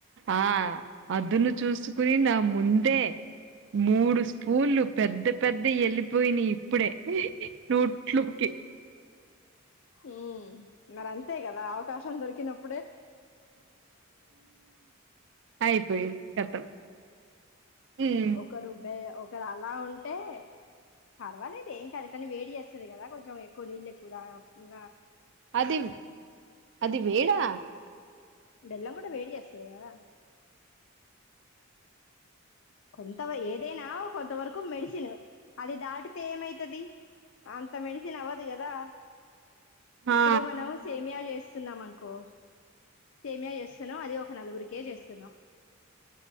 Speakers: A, on the right; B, on the left.
A: ఆ అద్దును చూస్త కుని నా ముందే మూడు స్పూన్లు పెద్ద పెద్ద వెళ్ళిపోయినా ఇప్పుడే నూట్లుూకి
B: ఉ మరి అంతే కదా అవకాశం దొరికినప్పు
A: అయిపోయిేది కతం హ్మ్
B: ఒకక్కరు భ ఒకరు అలా ఉంటే పర్వాలేదు ఏం కాదు కానీ వేడి చేస్తుంది కదా కొంచెం ఎక్కువ నీళ్ళు ఎక్కువద ఇం
A: అది అది వేడా
B: బెల్లం కూడా వేడి చేస్తుది కదా కొంతవ ఏ అదేనా కొంత వరకు మెడిసిన్ అది దాటి అ ఏమైతుది అంత మెడిసిన్ అవ్వదు కదా
A: ఆ
B: ఇప్పుడు మనం సేమియా చేస్త సున్నామాకో సేమయా చేస్తున్నాం అది ఒక నలుగురు కేజీ చేస్తున్నాం